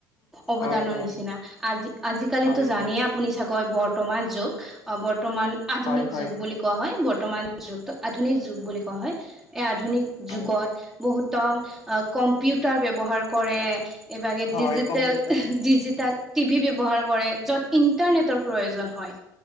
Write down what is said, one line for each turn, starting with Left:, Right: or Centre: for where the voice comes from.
Centre: অৱদানৰ
Left: হয় হয়
Centre: নিচিনা আজি আজিকালিতো
Left: হয়
Centre: জানেই
Left: হয়
Centre: আপুনি চাগৈ বৰ্তমান যুগ অ বৰ্তমান আধুনিক
Left: হয় হয়
Centre: যুগ বুলি কোৱা হয়। বৰ্তমান যুগ, আধুনিক যুগ বুলি কোৱা হয়। এই আধুনিক যুগত
Left: হয়
Centre: বহুতক অ কম্পিউটাৰ ব্যৱহাৰ কৰে। এইভাগে
Left: হয়
Centre: ডিজিটেল,
Left: কম্পিউটাৰ
Centre: ডিজিটেল টিভি ব্যৱহাৰ কৰে য'ত ইণ্টাৰনেটৰ প্ৰয়োজন হয়